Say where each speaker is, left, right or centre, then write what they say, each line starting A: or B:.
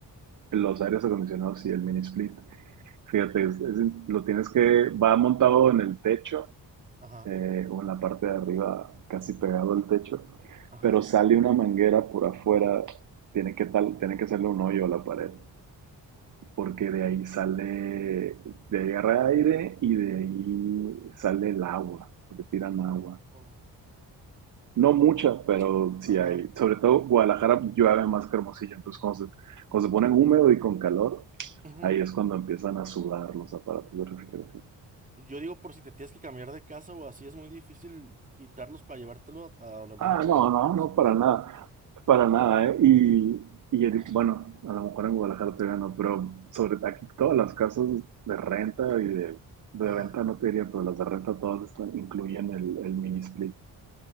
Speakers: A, on the right (about 40°); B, on the right (about 15°).
A: Los aires acondicionados y el mini split. Fíjate, es- es- lo tienes que, va montado en el techo
B: Ajá,
A: eh, o en la parte de arriba, casi pegado al techo,
B: ajá.
A: pero sale una manguera por afuera, tiene que, tal, tiene que hacerle un hoyo a la pared, porque de ahí sale, de ahí agarra aire y de ahí sale el agua, porque tiran
B: Oh,
A: agua. No mucha,
B: o te-
A: pero sí
B: ajá.
A: hay, sobre todo Guadalajara llueve más que Hermosillo, entonces cuando se, cuando se ponen húmedo y con calor,
B: Ujú.
A: ahí es cuando empiezan a sudar los aparatos de refrigeración.
B: Yo digo, por si te tienes que cambiar de casa o así, es muy difícil quitarlos para llevártelo a, a la nueva,
A: Ah, no,
B: a la
A: no,
B: nueva casa,
A: no,
B: ¿no?
A: para nada, para nada, ¿eh? Y, y el- bueno, a lo mejor en Guadalajara todavía no, pero sobre aquí todas las casas de renta y de, de
B: Ajá,
A: venta no te diría, pero las de renta todas están, incluyen el, el mini split,